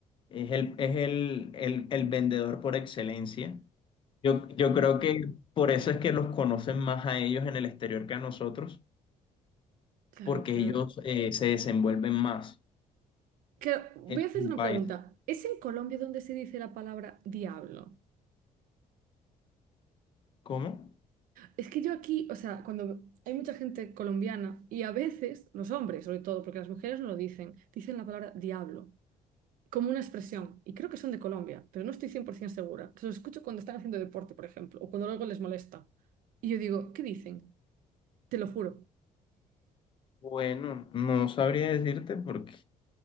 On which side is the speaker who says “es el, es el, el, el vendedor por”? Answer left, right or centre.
Left